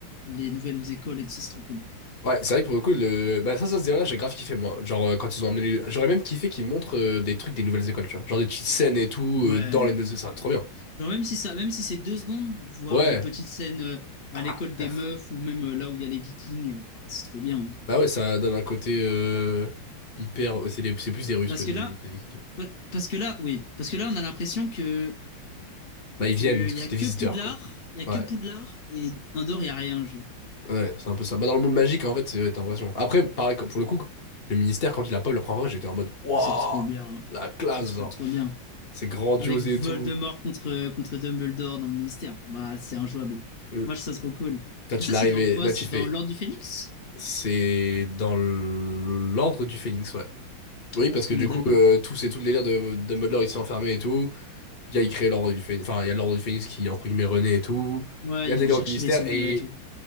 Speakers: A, on the left; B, on the left.
A: les nouvelles écoles et tout ça, c'est trop cool.
B: Ouais, c'est vrai que pour le coup, le... bah, ça, ça se dirait, j'ai grave kiffé, moi. Genre, euh, quand ils ont amené les... J'aurais même kiffé qu'ils montrent euh, des trucs des nouvelles écoles, tu vois. Genre des petites scènes et tout,
A: Ouais.
B: euh, dans les nouvelles écoles, ça va être trop bien.
A: Genre même si ça, même si c'est deux secondes, voir
B: Ouais.
A: une petite scène euh, à
B: Ah,
A: l'école
B: frère.
A: des meufs ou même euh, là où il y a les Vikings, euh, bah, c'est trop bien. hein.
B: Bah ouais, ça donne un côté euh, hyper... euh, C'est des- c'est plus des Russes
A: Parce
B: que des...
A: que là,
B: que des-
A: pa- parce que là, oui, parce que là, on a l'impression que
B: Bah, ils
A: que
B: viennent, c'est
A: y a que
B: des visiteurs,
A: Poudlard,
B: quoi.
A: il y a
B: Ouais,
A: que Poudlard et Andorre, il y a rien, genre.
B: ouais, c'est un peu ça. Bah, dans le monde magique, en fait, c'est ouais, t'as l'impression. Après, pareil, pour le coup, le ministère, quand il a pas eu la première fois, j'étais en mode, waouh,
A: Ah, c'est trop bien. hein.
B: la classe,
A: C'est trop
B: genre.
A: trop bien.
B: C'est grandiose
A: avec Voldemort
B: et tout.
A: contre, contre Dumbledore dans le ministère. Bah, c'est injouable.
B: Mm.
A: Moi, je trouve ça trop cool.
B: Toi, tu
A: Mais ça,
B: l'arrives
A: c'est dans
B: et
A: quoi?
B: là,
A: C'est
B: tu fais,
A: dans l'Ordre du Phénix?
B: C'est dans l'ordre du Phénix, ouais. Oui,
A: Ouais,
B: parce que
A: on
B: du
A: est d'accord.
B: coup, euh, tout c'est tout le délire de Dumbledore, il s'est enfermé et tout. Il y a, il crée l'ordre du Phénix. Enfin, il y a l'ordre du Phénix qui, entre guillemets, renaît et tout.
A: Ouais,
B: Il y a
A: ils
B: le
A: vont
B: délire
A: chercher
B: au ministère
A: les souvenirs
B: et
A: et tout.